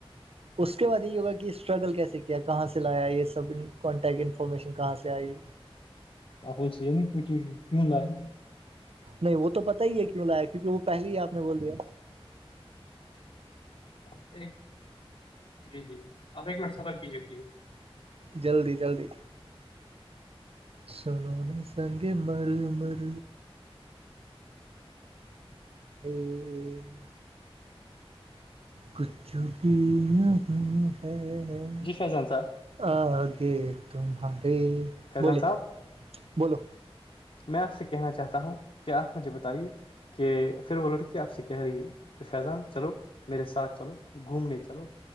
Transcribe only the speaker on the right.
اس کے بعد یہ یوگا کی اسٹرگل کیسے کیا کہاں سے لایا یہ سب کانٹیکٹ انفارمیشن کہاں سے آئی
نہیں وہ تو پتا ہی ہے کیوں لایا ہے کیونکہ وہ پہلے ہی آپ نے بول دیا
جلدی جلدی سنو نے سنگے مر مر <unintelligible> کچھ بھی نہیں ہے
آگے تمہارے
بولے
بولو